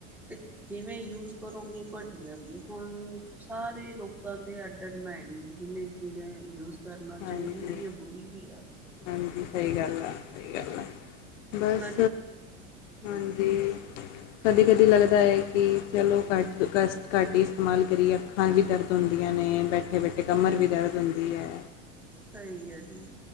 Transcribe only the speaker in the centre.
ਤੇ, ਜਿਵੇਂ ਯੂਜ ਕਰੋਗੇ ਘਟੀਆ ਵੀ ਐ ਹੁਣ ਸਾਰੇ ਲੋਕਾਂ ਦੇ, ਮਾਇੰਡ ਨੇ ਜਿਨੇ ਜਿਹੜੇ ਯੂਜ ਕਰਨਾ
ਚੰਗੀ ਵੀ ਐ ਬੁਰੀ ਵੀ ਆ।
ਕਰੀਏ ਕੀ ਹੂੰ
ਹੂੰ
ਸਹੀ ਅਤਜੀ